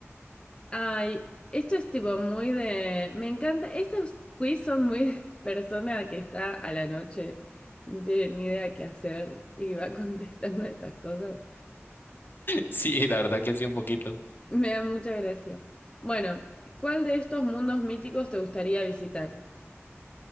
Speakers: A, on the left; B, on the left.
A: Ay, esto es tipo muy de... Me encanta. Estos quiz son muy de <laughs> persona que está a la noche, que no tiene ni idea qué hacer y va <laughs> contestando estas cosas.
B: Sí, la verdad que sí, un poquito.
A: Me da mucha gracia. Bueno, ¿cuál de estos mundos míticos te gustaría visitar?